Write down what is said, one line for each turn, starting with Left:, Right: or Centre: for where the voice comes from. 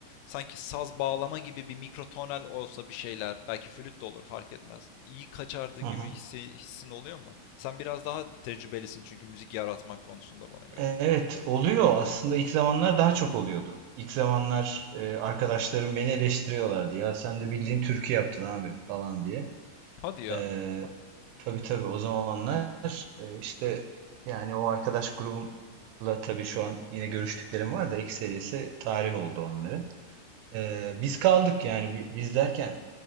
Left: sanki saz bağlama gibi bir mikrotonal olsa bir şeyler. Belki flüt de olur fark etmez. İyi kaçardı gibi
Right: Hı hı.
Left: hissi, hissin oluyor mu? Sen biraz daha tecrübelisin çünkü müzik yaratmak konusunda bana göre.
Right: Evet oluyor aslında ilk zamanlar daha çok oluyordu. İlk zamanlar e, arkadaşlarım beni eleştiriyorlardı ya sen de bildiğin türkü yaptın abi falan diye.
Left: Hadi ya.
Right: E, tabii tabii o zamanlar e, işte yani o arkadaş grubumla tabii şu an yine görüştüklerim var da ilk serisi tarih oldu onların. E, biz kaldık yani bi- biz derken